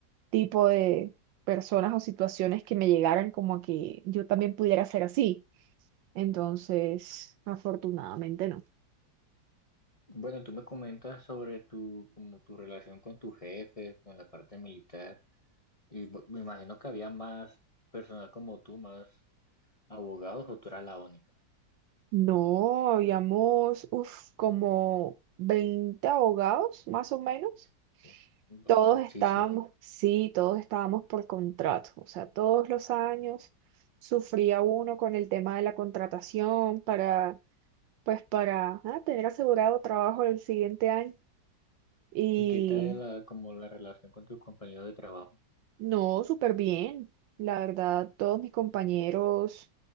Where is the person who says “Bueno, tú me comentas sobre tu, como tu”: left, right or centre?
Left